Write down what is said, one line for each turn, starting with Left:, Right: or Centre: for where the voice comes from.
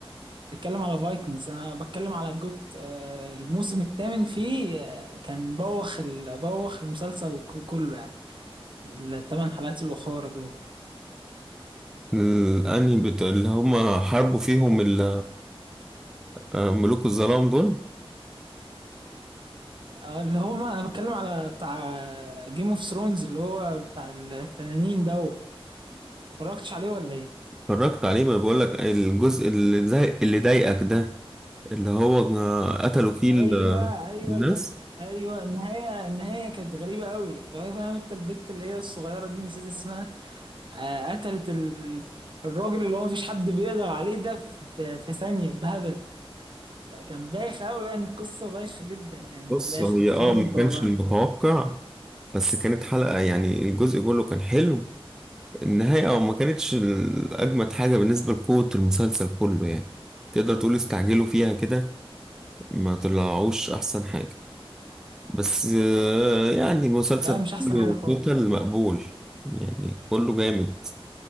Right: بتتكلم على فايكنجز انا بتكلم على جوت آه، الموسم الثامن فيه آه، كان بوخ ال- بوخ المسلسل ك- كله يعني الثمان حلقات الاخرى دول
Centre: الانمي بتاع اللي هم حاربوا فيهم ال- آه، ملوك الظلام دول
Right: آه، اللي هما انا بتكلم على بتاع جيم اوف ثرونز اللي هو بتاع التنانين دوت اتفرجتش عليه ولا ايه
Centre: اتفرجت عليه ما بقول لك الجزء اللي زي اللي ضايقك ده اللي هو آه، قتلوا فيه
Right: ايوه
Centre: ال- آه،
Right: ايوه
Centre: الناس
Right: ال- ايوه النهايه النهايه كانت غريبه قوي فاهم انت البت اللي هي الصغيره دي نسيت اسمها آه، قتلت ال- الراجل اللي هو مفيش حد بيقدر عليه ده في في- في ثانيه بهبل فكان بايخ قوي يعني القصه بايخه جدا يعني
Centre: بص
Right: في الاخر
Centre: هي
Right: ختمت
Centre: اه ما
Right: بواه
Centre: كانش المتوقع بس كانت حلقة يعني الجزء كله كان حلو النهاية اه ما كانتش ال- أجمد حاجة بالنسبة لقوة المسلسل كله يعني تقدر تقول استعجلوا فيها كده ما طلعوش أحسن حاجة بس آه، يعني مسلسل
Right: لا مش احسن
Centre: كله
Right: حاجه خالص
Centre: توتال مقبول يعني كله جامد